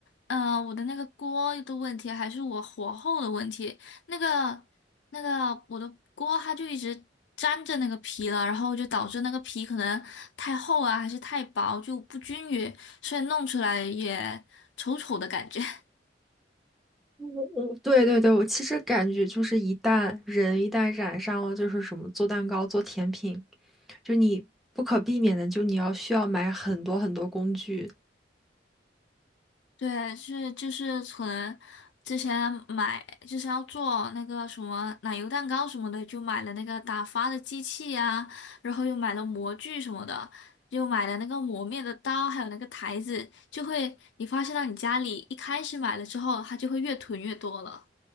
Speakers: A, on the left; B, in the centre.
A: 呃，我的那个锅的问题，还是我火候的问题。那个那个，我的锅它就一直粘着那个皮了，然后就导致那个皮可能太厚啊，还是太薄，就不均匀，所以弄出来也丑丑的感觉。<laughs>
B: 我我对对对，我其实感觉就是一旦人一旦染上了就是什么做蛋糕、做甜品，就你不可避免的，就你要需要买很多很多工具。
A: 对，是就是存之前买，就是要做那个什么奶油蛋糕什么的，就买了那个打发的机器呀、然后又买了模具什么的，又买了那个磨面的刀，还有那个台子，就会你发现到你家里一开始买了之后，它就会越囤越多了。